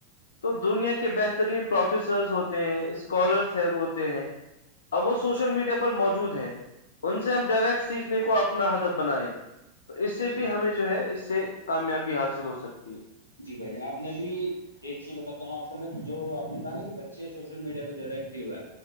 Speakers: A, on the left; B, on the left.
A: تو دنیا کے بہترین پروفیسرس ہوتے ہیں اسکالرس ہوتے ہیں اب وہ سوشل میڈیا پر موجود ہے ان سے ہم ڈائریکٹ سیکھنے کو اپنا ہدب بنائیں تو اس سے
B: جی
A: بھی
B: جی
A: ہمیں
B: بھائی
A: جو ہے اس سے کامیابی حاصل ہو سکتی ہے
B: جی بھائی جان آپ نے ابھی ایک چیز بتاتا ہوں آپ کو میں جو آ نے کہا نا کہ بچے سوشل میڈیا پہ زیادہ ایکٹیو ہے